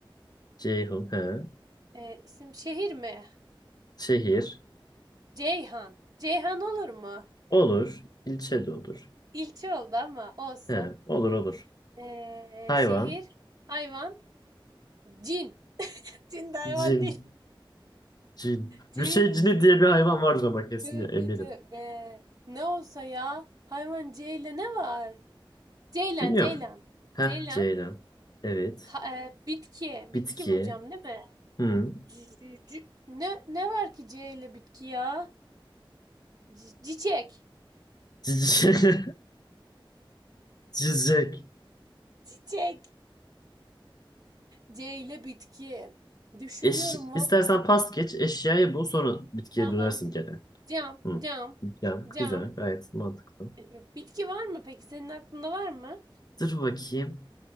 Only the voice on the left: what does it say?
Ceyhun he.
Şehir
olur. İlçe de olur.
He, olur olur.
Hayvan.
Cin.
Cin.
Bir şey
cini diye bir hayvan vardır ama kesin
ya, eminim.
Bilmiyorum.
Heh
Ceylan. Evet.
Bitki.
Hı.
Cici- <laughs> Cicek.
Eş,
istersen pas geç. Eşyayı bul sonra bitkiye
dönersin gene.
Hı.
Ya,
güzel. Gayet mantıklı.
Dur bakayım.